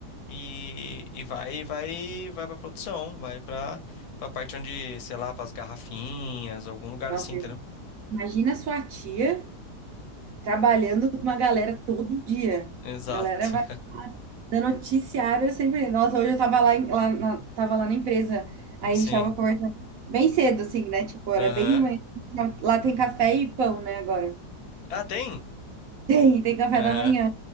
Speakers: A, on the left (about 70°); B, on the right (about 70°).
A: E, e vai, vai, vai pra produção, vai pra, pra parte onde, sei lá, pras garrafinhas, algum lugar
B: nossa,
A: assim, entendeu?
B: imagina sua tia. trabalhando com uma galera todo dia.
A: Exato.
B: A galera vai dando noticiário eu sempre. Nossa, hoje eu tava lá, em- lá na, tava lá na empresa. Aí
A: <laughs> Sim.
B: a gente tava conversando bem cedo, assim, né? Tipo, era
A: Aham.
B: bem de manhã. Lá tem café e pão, né, agora.
A: Ah, tem?
B: Tem, tem café
A: Aham.
B: da manhã.